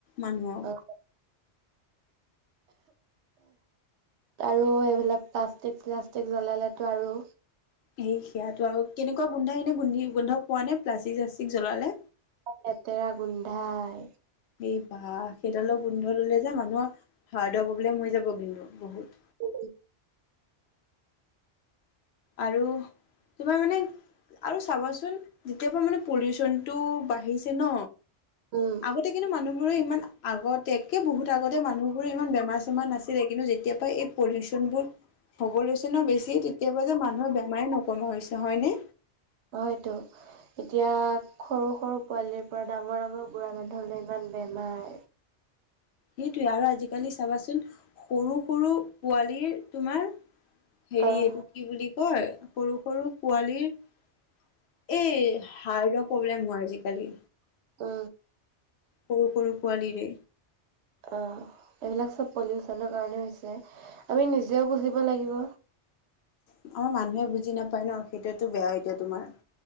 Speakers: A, on the left; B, on the right.
A: মানুহক?
B: অ'। আৰু এইবিলাক প্লাষ্টিক চলাষ্টিক জ্বলালেতো আৰু।
A: সেই সেয়াটো আৰু কেনেকুৱা গোন্ধা এনে গোন্ধি গোন্ধ পোৱা নে প্লাষ্টিক চািক জ্বলালে?
B: লেতেৰা গোন্ধাই।
A: এই বাহ সেইডালৰ গোন্ধ ললে যে মানুহৰ। হাৰ্টৰ প্ৰব্লেম হৈ যাব কিন্তু বহুত।
B: উ
A: আৰু তোমাৰ মানে আৰু চাবাচোন, যেতিয়াবা মানে পলিউচনটো বাঢ়িছে ন।
B: উম,
A: আগতে কিন্তু মানুহ। ৰে ইমান আগতে একে বহুত আগতে মানুহ বোৰে ইমান বেমাৰ চেমাৰ নাছিলে, কিন্তু যেতিয় পৰাা এই পলিউচন বোৰ হ'ব লৈছে ন বেছি তেতিয়া। যে মানুহৰ বেমাৰে নকমোৱা হৈছে হয়নে।
B: হয়তো এতিয়া সৰু সৰু পোৱালিৰ পৰা ডাঙৰ ডাঙৰ বুঢ়া মানুহলৈ ইমান বেমাৰ।
A: সেইটোৱে আৰু আজিকালি চাবাচোন সৰু সৰু পোৱালীৰ তোমাৰ। হেৰি
B: অ'।
A: এইটো কি বুলি কয়। সৰু সৰু পোৱালীৰ এই হাৰ্টৰ প্ৰব্লেম হয় আজিকালি।
B: অঁ।
A: <unintelligible> পোৱালিৰে।
B: অ, এইবিলাক চব পলিউশনৰ কাৰণে হৈছে আমি নিজেও বুজিব লাগিব।
A: আমাৰ মানুহে বুজি নাপায় ন সেইটোয়াতো বেয়া এতিয়া তোমাৰ।